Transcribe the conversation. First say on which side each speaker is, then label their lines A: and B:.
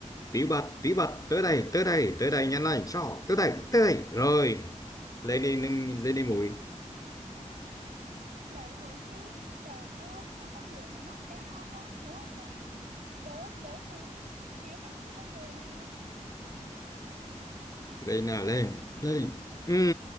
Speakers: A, on the left (about 25°); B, on the right (about 80°).
A: tiểu bạch tiểu bạch tới đây tới đây tới đây nhanh lên sao tới đây tới đây rồi lên đi nâng- lên đi mùi
B: Đợi nguội tí. Trời ơi, sao con ngựa này nó cao quá. Ngủ qua ca giúp đỡ, đỡ nguội nhảy lên lưng ngựa nào.
A: lên nào lên lên ừ